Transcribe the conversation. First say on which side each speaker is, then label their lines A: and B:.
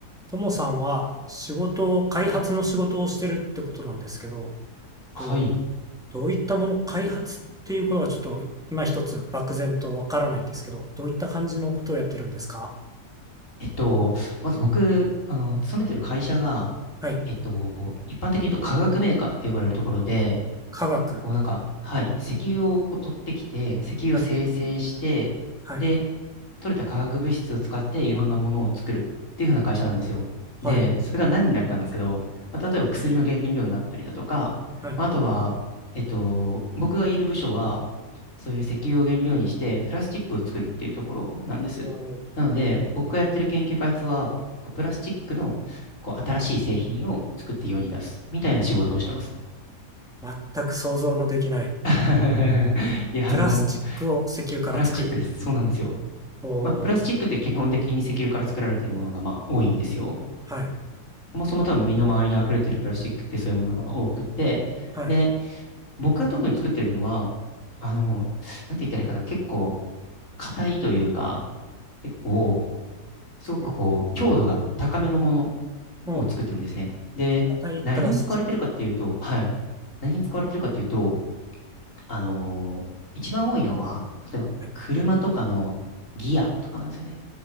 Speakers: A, in the centre; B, on the left.
A: ともさんは仕事を、開発の仕事をしてるってことなんですけど、と、
B: はい。
A: どういったもの、開発っていうことがちょっと今一つ漠然とわからないんですけど、どういった感じのことをやってるんですか
B: えっと、まず僕、あの、勤めてる会社が、
A: はい。
B: えっと、一般的に言うと化学メーカーって呼ばれるところで、
A: 科学。
B: こうなんか、はい、石油をこう取ってきて、石油を精製して、
A: はい。はい。
B: で、取れた化学物質を使っていろんなものを作るっていう風な会社なんですよ。
A: はい。
B: で、それが何になるかなんですけど、まあ、例えば薬の原料になったりだとか、
A: はい。
B: まああとは、えっと、僕がいる部署は、そういう石油を原料にしてプラスチックを作るっていうところなんです。
A: おー
B: なので、僕がやってる研究開発は、こうプラスチックのこう新しい製品を作って世に出すみたいな仕事をしてます。
A: 全く想像のできない。
B: <laughs> いや、
A: プラスチックを石油から作る。
B: あの、プラスチックです。そうなんですよ。
A: おー
B: まあ、プラスチックって基本的に石油から作られているものがまあ多いんですよ。
A: はい。
B: そもそも多分身の回りに溢れているプラスチックってそういうものが多くて、
A: はい。
B: で、僕が特に作ってるのは、あの、なんて言ったらいいかな、結構硬いというか、結構、すごくこう、
A: うん。
B: 強度が高めのもの
A: も
B: を作ってるんですね。で、
A: う、硬いプラスチック。
B: 何に使われてるかっていうと、はい。何に使われてるかっていうと、あのー一番多いのは、例えば車とかのギアとかなんですよね。
A: はい。